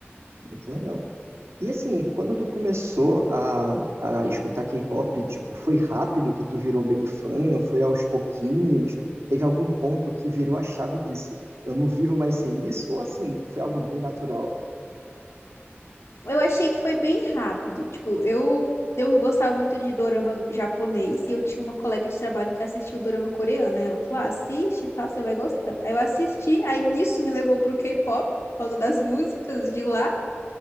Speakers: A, on the right; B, on the left.
A: Muito legal. E assim, quando tu começou a, a escutar K-pop, tipo, foi rápido que tu virou bem fã? Foi aos pouquinhos? Teve algum ponto que virou a chave e disse, eu não vivo mais sem isso? Ou assim, foi algo bem natural?
B: Eu achei que foi bem rápido. Tipo, eu, eu gostava muito de dorama japonês e eu tinha uma colega de trabalho que assistia o dorama coreano. Aí ela falou: ah, assiste e tal, você vai gostar. Aí eu assisti, aí nisso me levou pro K-pop, por causa das músicas de lá.